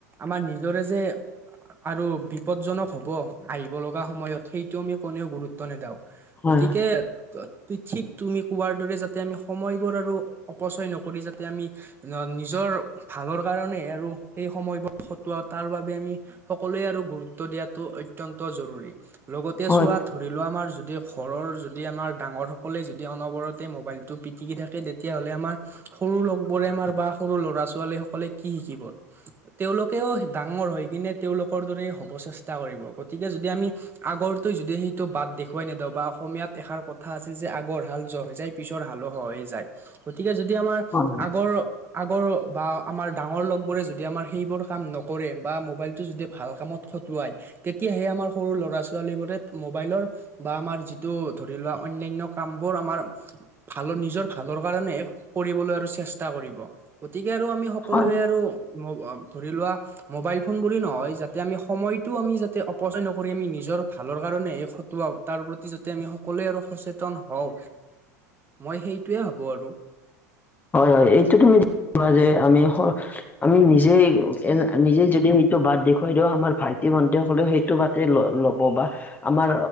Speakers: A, on the right; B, on the left.
A: আমাৰ নিজৰে যে আৰু বিপদজনক হ'ব আহিব লগা সময়ত সেইটো আমি কোনেও গুৰুত্ব নেদাওঁ।
B: হয়,
A: গতিকে
B: হয়,
A: ঠিক তুমি কোৱাৰ দৰে যাতে আমি সময়বোৰ আৰু অপচয় নকৰি যাতে আমি নিজৰ ভালৰ কাৰণে আৰু সেই সময়বোৰ খটোৱা তাৰ বাবে আমি সকলোৱে আৰু গুৰুত্ব দিয়াটো অত্যন্ত জৰুৰী। লগতে
B: হয়,
A: চোৱা ধৰি লোৱা, আমাৰ যদি ঘৰৰ যদি আমাৰ ডাঙৰসকলে যদি অনবৰতে মোবাইলটো পিটিকি থাকে তেতিয়াহ'লে আমাৰ সৰু লগ বোৰে আমাৰ বা সৰু ল'ৰা ছোৱালীসকলে কি শিকিব? তেওঁলোকেও ডাঙৰ হৈ কিনে তেওঁলোকৰ দৰে হ'ব চেষ্টা কৰিব গতিকে যদি যদি আমি, আগৰটো যদি সেইটো বাট দেখুৱাই নিদিওঁ বা অসমীয়াত এষাৰ কথা আছে যে আগৰ হাল যোৱা যায়, পিছৰ হালো হয়ে যায়। গতিকে যদি আমাৰ
B: হয়,
A: আগৰ আগৰ বা আমাৰ ডাঙৰ লগবোৰে যদি আমাৰ সেইবোৰ কাম নকৰে বা মোবাইলটো যদি ভাল কামত খটোৱাই তেতিয়াহে আমি আমাৰ সৰু ল'ৰা-ছোৱালীবোৰে মোবাইলৰ বা আমাৰ যিটো ধৰি লোৱা অন্যান্য কামবোৰ আমাৰ ভালৰ নিজৰ ভালৰ কাৰণে কৰিবলৈ আৰু চেষ্টা কৰিব গতিকে আৰু আমি সকলোৱে
B: হয়।
A: আৰু ধৰি লোৱা মোবাইল ফোন বুলি নহয় যাতে আমি সময়তো আমি যাতে অপচয় নকৰি আমি নিজৰ নিজৰ ভালৰ কাৰণে খটোৱাক তাৰ প্ৰতি যাতে আমি সকলোৱে আৰু সচেতন হওঁ মই সেইটোোৱে ভাবো আৰু
B: হয় - হয়। এইটো তুমি ঠিক ক'লা যে আমি -আমি নিজেই - নিজে যদি সেইটো বাট দেখুৱাই দিওঁ আমাৰ ভাইটি ভণ্টি হতে সেইটো বাটে ল - ল'ব বা আমাৰ